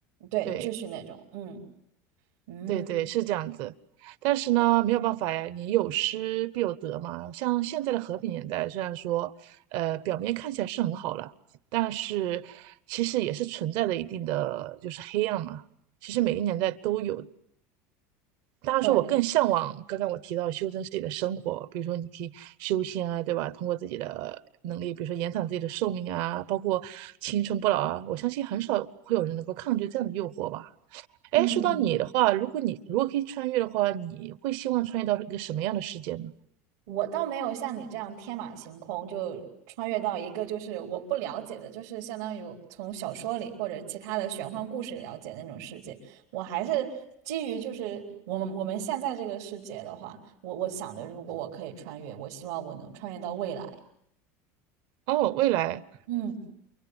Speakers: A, on the right (about 85°); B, on the right (about 60°).
A: 对，
B: 对。
A: 秩序那种，嗯。嗯，
B: 对对，是这样子。但是呢，没有办法呀，你有失必有得嘛。像现在的和平年代，虽然说，呃，表面看起来是很好了，但是其实也是存在着一定的就是黑暗嘛。其实每个年代都有。当然说，
A: 对，
B: 我更向往刚刚我提到修真自己的生活，比如说你可以修仙啊，对吧？通过自己的能力，比如说延长自己的寿命啊，包括青春不老啊。我相信很少会有人能够抗拒这样的诱惑吧。哎，
A: 嗯
B: 说到你的话，如果你如果可以穿越的话，你会希望穿越到一个什么样的世界呢？
A: 我倒没有像你这样天马行空，就穿越到一个就是我不了解的，就是相当于我从小说里或者其他的玄幻故事了解那种世界。我还是基于就是我们我们现在这个世界的话，我我想着如果我可以穿越，我希望我能穿越到未来。
B: 哦，未来，
A: 嗯，